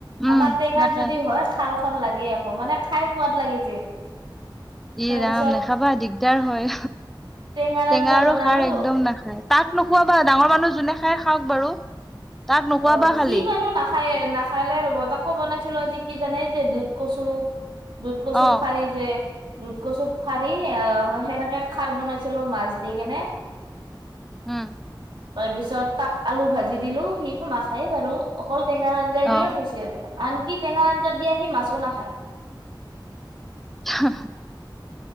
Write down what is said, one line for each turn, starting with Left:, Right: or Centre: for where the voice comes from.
Centre: উম
Right: আমাৰ টেঙা
Centre: নাখায়
Right: যদি হয় খাৰ খ লাগেই আকৌ মানে খাই সোৱাদ লাগে যে।
Centre: ই
Right: তাৰ
Centre: ৰাম
Right: পিছত
Centre: নাখাবা দিগদাৰ হয়
Right: টেঙাৰ
Centre: টেঙা
Right: আঞ্জা
Centre: আৰু
Right: বনালো
Centre: খাৰ একদম নাখ। তাত নোখোৱাাবা ডাঙৰ মানুহ যোনে খাই খাওক বাৰু। তাক নোখোৱাবা
Right: অ'
Centre: খালি
Right: সি বাৰু নাখায় নাখালে ৰ'ব তাকো বনাইছিলো আজি। কি জানে যে দুধ কচু দুধ কচু
Centre: অ
Right: থাৰি যে। দুধ কচুত ফাৰি অ' সেনেকে খাৰ বনাইছিলো মাছ। দি কেনে
Centre: উম,
Right: তাৰ পিছত তাক আলু ভাজি দিলো সিটো নাখায় বাৰু অকল টেঙাৰ আঞ্জাই
Centre: অ
Right: দিয়ে খাইছে আৰু। আনকি টেঙা আঞ্জাত দিয়া সি মাছো নাখায়।
Centre: হা <inaudible>